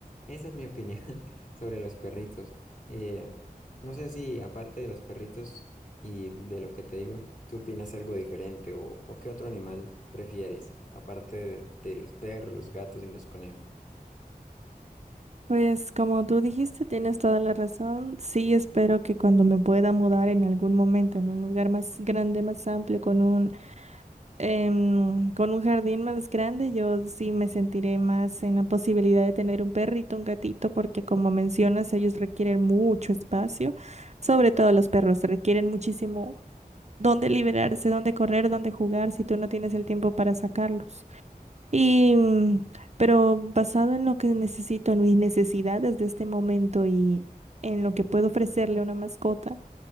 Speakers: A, on the left; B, on the right.
A: esa es mi opinión <laughs> sobre los perritos. Eh, no sé si aparte de los perritos y de lo que te digo, tú opinas algo diferente o, o qué otro animal prefieres, aparte de, de los perros, los gatos y los conejos.
B: Pues como tú dijiste, tienes toda la razón. Sí, espero que cuando me pueda mudar en algún momento en un lugar más grande, más amplio, con un, em, con un jardín más grande, yo sí me sentiré más en la posibilidad de tener un perrito, un gatito, porque como mencionas, ellos requieren mucho espacio. Sobre todo los perros requieren muchísimo dónde liberarse, dónde correr, dónde jugar, si tú no tienes el tiempo para sacarlos. Y, mm, pero basado en lo que necesito, en mis necesidades de este momento y en lo que puedo ofrecerle a una mascota,